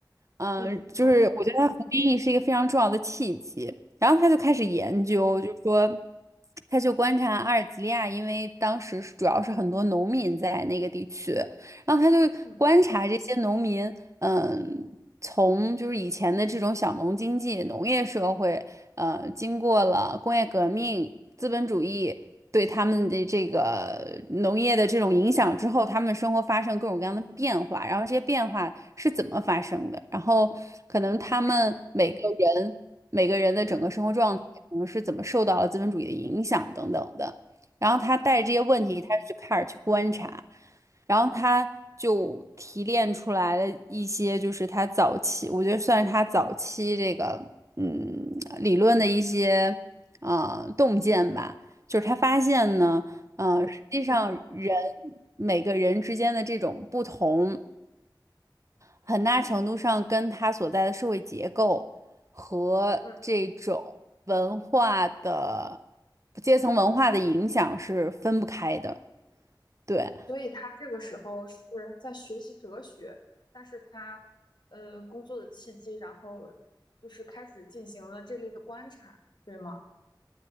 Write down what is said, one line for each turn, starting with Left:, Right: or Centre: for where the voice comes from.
Right: 嗯，
Left: 嗯，
Right: 呃就是我觉得他服兵役是一个非常重要的契机，
Left: 然后呢，
Right: 然后他就开始研究，就是说，他就观察阿尔及利亚，因为当时是主要是很多农民在那个地区，然后他就观察这些农民，
Left: 嗯
Right: 嗯，从就是以前的这种小农经济、农业社会，呃，经过了工业革命、资本主义对他们的这个农业的这种影响之后，他们生活发生各种各样的变化，然后这些变化是怎么发生的，然后可能他们每个人每个人的整个生活状态，
Left: 发生了，嗯
Right: 可能是怎么受到了资本主义的影响等等的。然后他带着这些问题，
Left: 嗯
Right: 他就开始去观察。然后他就提炼出来了一些，就是他早期，我觉得算是他早期这个嗯理论的一些啊，洞见吧。就是他发现呢，呃，实际上人
Left: 嗯，
Right: 每个人之间的这种不同，很大程度上跟他所在的社会结构和这种文化的
Left: 嗯，
Right: 阶层文化的影响是分不开的。对。
Left: 所以他这个时候是在学习哲学，但是他呃工作的契机，然后就是开始进行了这类的观察，对吗？